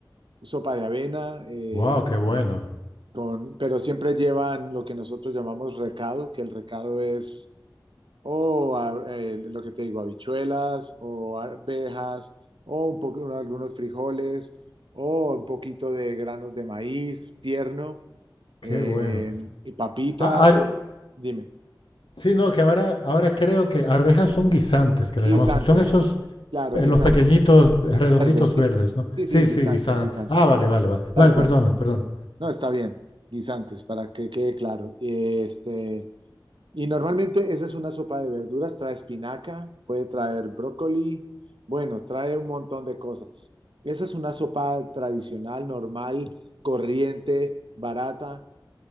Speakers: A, on the right; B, on the left.
A: sopa de avena, eh,
B: Wow, qué bueno,
A: con, pero siempre llevan lo que nosotros llamamos recado, que el recado es o a- eh, lo que te digo, habichuelas o arvejas o un poco, algunos frijoles o un poquito de granos de maíz tierno
B: qué
A: eh,
B: bueno.
A: y papita,
B: Ah, ar-
A: pues dime,
B: sí, no, que ahora, ahora creo que arvejas son guisantes, que le
A: guisantes,
B: llamamos. Son esos,
A: claro,
B: eh,
A: guisantes,
B: los pequeñitos, eh, redonditos
A: verdes, sí,
B: verdes, ¿no?
A: sí,
B: Sí,
A: sí, guisantes,
B: sí, guisantes.
A: guisantes,
B: Ah, vale, vale, vale.
A: tal
B: Vale,
A: cual.
B: perdona, perdón.
A: No, está bien, guisantes, para que quede claro. Este, Y normalmente esa es una sopa de verduras, trae espinaca, puede traer brócoli, bueno, trae un montón de cosas. Esa es una sopa tradicional, normal, corriente, barata,